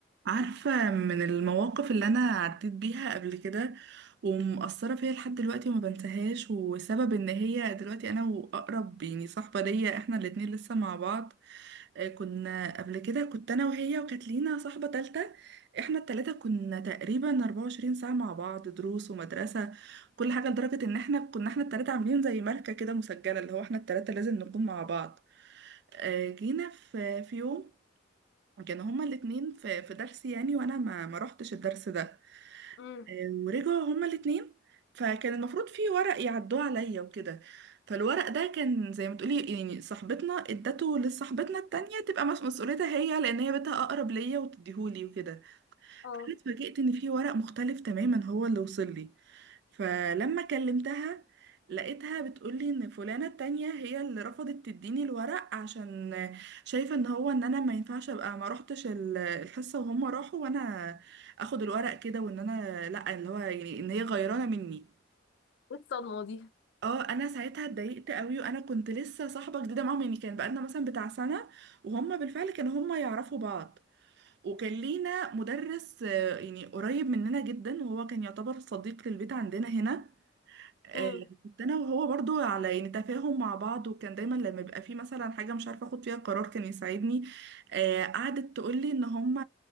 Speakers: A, on the right; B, on the left.
A: عارفة من المواقف اللي أنا عديت بيها قبل كده ومأثرة فيا لحد دلوقتي وما بنساهاش وسبب إن هي دلوقتي أنا وأقرب يعني صاحبة ليا إحنا الاتنين لسه مع بعض آه، كنا قبل كده كنت أنا وهي وكانت لينا صاحبة تالتة إحنا التلاتة كنا تقريبا 24 ساعة مع بعض دروس ومدرسة كل حاجة لدرجة إن إحنا كنا إحنا التلاتة عاملين زي ماركة كده مسجلة اللي هو إحنا التلاتة لازم نكون مع بعض آه، جينا في في يوم كانوا هما الاتنين في في درس يعني وانا ما ما رحتش الدرس ده
B: امم
A: آه، ورجعوا هما الاتنين فكان المفروض في ورق يعدوه عليا وكده فالورق ده كان زي ما تقولي يعني صاحبتنا ادته لصاحبتنا التانية تبقى مس- مسؤوليتها هي لان هي بنتها اقرب ليا وتديهولي وكده
B: اه
A: أنا اتفاجئت ان في ورق مختلف تماما هو اللي وصل لي فلما كلمتها لقيتها بتقولي ان فلانة التانية هي اللي رفضت تديني الورق عشان شايفة ان هو ان انا ما ينفعش ابقى ما روحتش ال- الحصة وهم راحوا وانا اخد الورق كده وان انا لا اللي هو يعني ان هي غيرانة مني
B: ايه الصدمة دي
A: اه انا ساعتها اتضايقت قوي وانا كنت لسه صاحبة جديدة معاهم يعني كان بقالنا مثلا بتاع سنة وهم بالفعل كانوا هم يعرفوا بعض وكان لينا مدرس آه، يعني قريب مننا جدا وهو كان يعتبر صديق للبيت عندنا هنا آه،
B: امم
A: كنت انا وهو برضو على يعني تفاهم مع بعض وكان دايما لما يبقى في مثلا حاجه مش عارفه اخد فيها قرار كان يساعدني آه، قعدت تقول لي ان هم